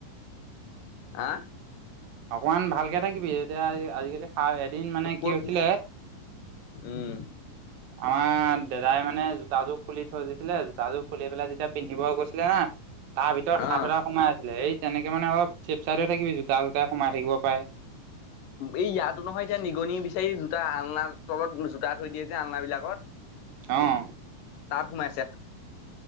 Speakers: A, on the left (about 70°); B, on the right (about 80°).
A: হা
B: অকনমান ভালকে থাকিবি এতিয়া আজিকালি খা এদিন মানে
A: ক'ত
B: কি হৈছিলে
A: উম
B: আমাৰ দাদাই মানে জোতাযোৰ খুলি থৈ দিছিলে জোতাযোৰ খুলি পেলাই তেতিয়া পিন্ধিব গৈছিলে হা তাৰ ভিতৰত
A: অ
B: সাপ এটা সোমাই আছিলে এই তেনেকে মানে অলপ চেপ চাইড থাকিবি জোতা চোতাই সোমাই থাকিব পাৰে।
A: এই ইয়াতো নহয় এতিয়া নিগনি বিচাৰি দুটা আন তলত জোতা থৈ দিয়ে যে আলনাবিলাকত
B: অঁ
A: তাত সোমাইছে